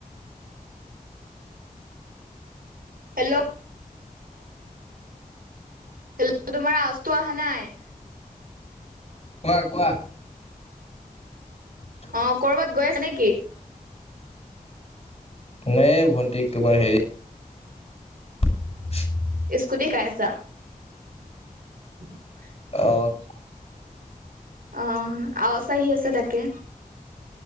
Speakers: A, on the right; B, on the left.
A: Hello. Hello তোমাৰ আজটো অহা নাই।
B: কোৱা, কোৱা। <inaudible>
A: অ', কৰ'বাত গৈ আছে নেকি?
B: নাই ভণ্টিক তোমাৰ হেৰি <inaudible>
A: স্কুটি শিকাই আছা। <inaudible>
B: অ'।
A: অহ, আজাচ আহি আছে তাকে।